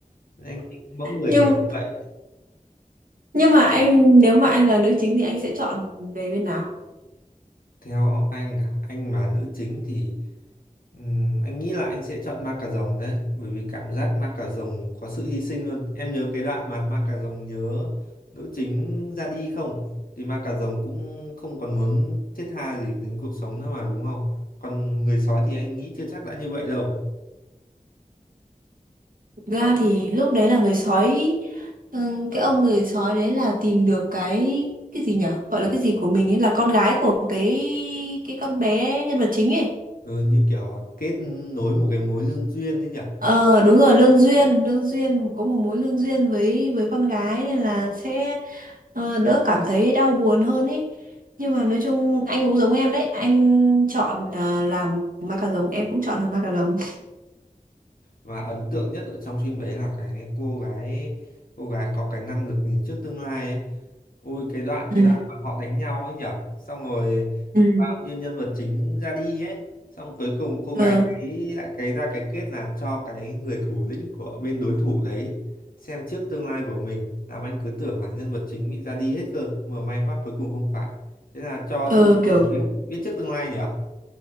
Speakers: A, on the left; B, on the right.
A: Anh thích mẫu người
B: nhưng
A: kiểu như vậy.
B: nhưng mà anh nếu mà anh là nữ chính thì anh sẽ chọn về bên nào
A: Theo anh à, anh mà nữ chính thì Ừm, anh nghĩ là anh sẽ chọn ma cà rồng đấy bởi vì cảm giác ma cà rồng có sự hy sinh luôn em nhớ cái đoạn mà ma cà rồng nhớ nữ chính ra đi không thì ma cà rồng cũng không còn muốn thiết tha gì đến cuộc sống nữa mà đúng không còn người sói thì anh nghĩ chưa chắc đã như vậy đâu
B: ra thì lúc đấy là người sói ừ, cái ông người sói đấy là tìm được cái cái gì nhở gọi là cái gì của mình ấy là con gái của cái cái con bé nhân vật chính ấy
A: ừ, như kiểu là kết nối một cái mối lương duyên đấy nhỉ
B: ờ đúng rồi lương duyên lương duyên có một mối lương duyên với với con gái nên là sẽ ờ, đỡ cảm thấy đau buồn hơn ấy nhưng mà nói chung anh cũng giống em đấy anh chọn là làm ma cà rồng em cũng chọn làm ma cà rồng
A: và ấn tượng nhất ở trong phim đấy là cái cô gái cô gái có cái năng lực nhìn trước tương lai ấy Ui cái đoạn
B: ừ
A: cái đoạn mà họ đánh nhau ấy nhở xong rồi
B: ừ
A: bao nhiêu nhân vật chính ra đi ấy xong cuối cùng cô
B: ờ
A: gái ấy lại cái ra cái kết là cho cái người thủ lĩnh của bên đối thủ đấy xem trước tương lai của mình làm anh cứ tưởng là nhân vật chính bị ra đi hết cơ mà may quá cuối cùng không phải thế là cho
B: ờ,
A: đối
B: kiểu
A: thủ lĩnh biết trước tương lai nhở